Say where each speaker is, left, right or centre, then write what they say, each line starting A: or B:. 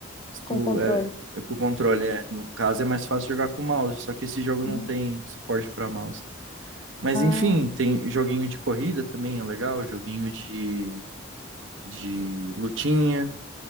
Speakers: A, on the right; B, on the left.
A: Se tu
B: Com controle.
A: é, é com o controle, é. No caso, é mais fácil jogar com o mouse, só que esse jogo
B: Uhum.
A: não tem suporte para mouse. Mas
B: Ah,
A: enfim, tem joguinho de corrida também, é legal. Joguinho de, de lutinha.